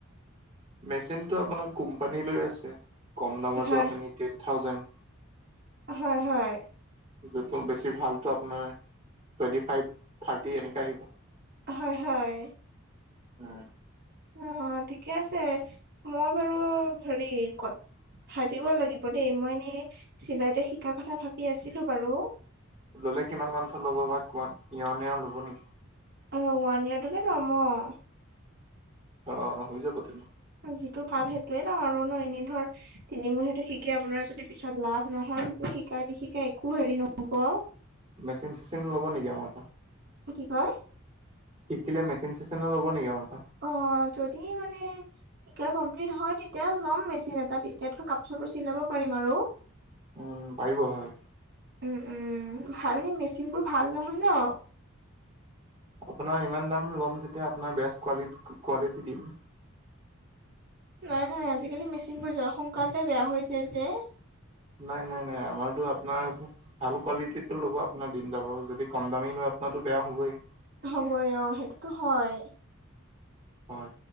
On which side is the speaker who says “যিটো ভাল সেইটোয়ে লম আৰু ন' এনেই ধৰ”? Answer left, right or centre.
Right